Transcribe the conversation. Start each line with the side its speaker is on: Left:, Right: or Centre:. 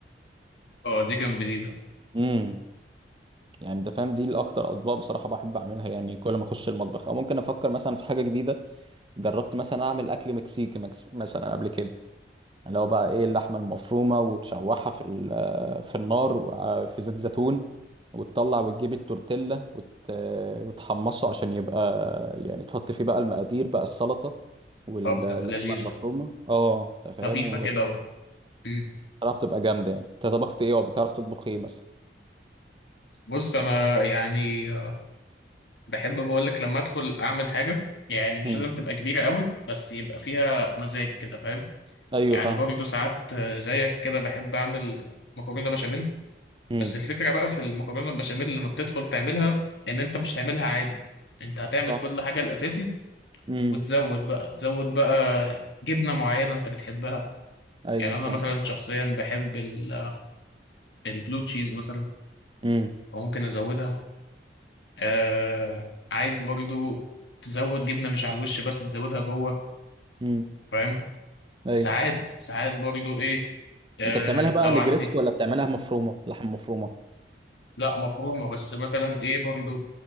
Left: اه دي جنب دي بقى
Right: امم يعني انت فاهم دي الاكتر اطباق بصراحه بحب اعملها يعني كل ما اخش المطبخ او ممكن افكر مثلا في حاجه جديده جربت مثلا اعمل اكل مكسيكي مكس... مثلا قبل كده اللي هو بقى ايه اللحمه المفرومه وتشوحها في ال- في النار وفي زيت زيتون وتطلع وتجيب التورتيلا وت... وتحمصه عشان يبقى يعني تحط فيه بقى المقادير بقى السلطه واللحمه
Left: اه بتبقى لذيذه
Right: المفرومه اه انت فاهم
Left: خفيفة
Right: وبصراحه
Left: كده و... مم.
Right: بتبقى جامده يعني انت طبخت ايه وبتعرف تطبخ ايه مثلا
Left: بص أنا يعني آه، بحب بقولك لما أدخل أعمل حاجة يعني مش
Right: امم
Left: لازم تبقى كبيرة قوي بس يبقى فيها مزاج كده فاهم
Right: ايوه
Left: يعني
Right: فاهم
Left: برضه ساعات آه، زيك كده بحب أعمل مكرونة بشاميل
Right: امم
Left: بس الفكرة بقى في المكرونة البشاميل لما بتدخل تعملها إن أنت مش تعملها عادي أنت هتعمل
Right: صح
Left: كل حاجة الأساسي
Right: امم
Left: وتزود بقى تزود بقى جبنة معينة أنت بتحبها
Right: ايوه
Left: يعني
Right: فاهم
Left: أنا مثلا شخصيا بحب ال- البلو تشيز مثلا
Right: امم
Left: فممكن أزودها آه عايز برضو تزود جبنة مش على الوش بس تزودها جوه
Right: امم
Left: فاهم
Right: ايوه
Left: ساعات ساعات برضو ايه آه
Right: انت بتعملها
Left: لو
Right: بقى نجريسكو
Left: عندي
Right: ولا بتعملها مفرومه لحم مفرومه
Left: لا مفرومة بس مثلا ايه برضو